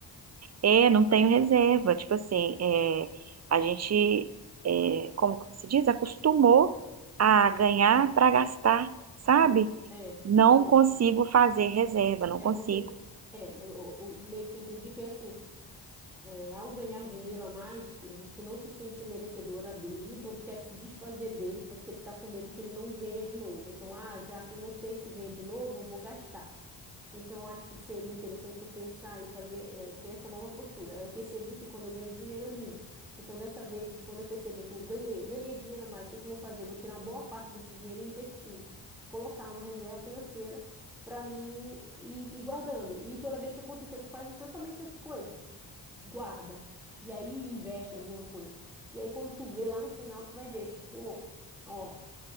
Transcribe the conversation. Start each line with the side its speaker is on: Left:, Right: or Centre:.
Right: É, não tenho reserva. Tipo assim, é, a gente, é, como que se diz, acostumou a ganhar para gastar, sabe?
Centre: Isso, é.
Right: Não
Centre: É,
Right: consigo fazer reserva, não
Centre: é
Right: consigo.
Centre: porque, é, o, o- meio que entendi que é assim, é, ao ganhar dinheiro a mais, tu, tu não te sente merecedora dele, então tu quer se desfazer dele porque tu tá com medo que ele não venha de novo. Então, ah, já que eu não sei se vem de novo, eu vou gastar. Então, acho que seria interessante tu pensar e fazer, eh, ter essa nova postura. Eu percebi que quando eu ganho dinheiro, eu livro. Então, dessa vez, quando eu perceber que eu ganhei, eu ganhei dinheiro a mais, o que que eu vou fazer? Vou tirar uma boa parte desse dinheiro e investir, colocar uma reserva financeira para mim e, e guardando. E toda vez que acontecer, tu faz exatamente essa coisa. Guarda. E aí investe em alguma coisa. E aí, quando tu vê lá no final, tu vai ver que, pô, ó.